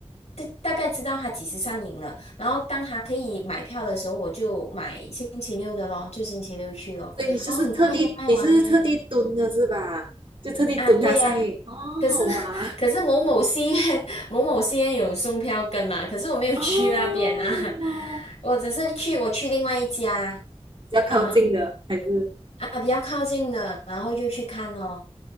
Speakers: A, on the left (about 75°); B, on the right (about 50°).
A: 大大概知道它几时上映了。然后当它可以买票的时候，我就买星期六的咯，就星期六去咯。
B: 所以你就是特地，
A: 然后很快都卖完呢。
B: 你就是特地蹲的是吧？就特地蹲它上映。
A: 啊，对呀、
B: 哦，
A: 可是
B: 哇，
A: <laughs> 可是某某戏院某某戏院有送票根嘛，可是我没有去那边啊，
B: 哦，
A: <laughs> 我只是去我去另外一家，
B: 比较靠近的还是，
A: 嗯啊比较靠近的，然后就去看咯。